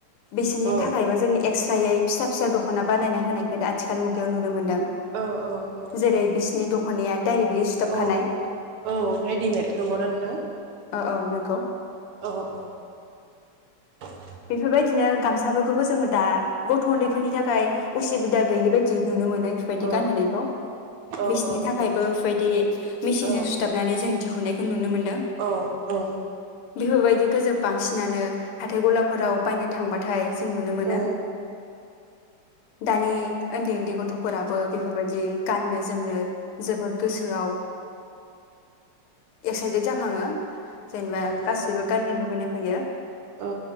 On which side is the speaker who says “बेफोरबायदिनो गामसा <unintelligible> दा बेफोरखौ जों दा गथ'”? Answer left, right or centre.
Left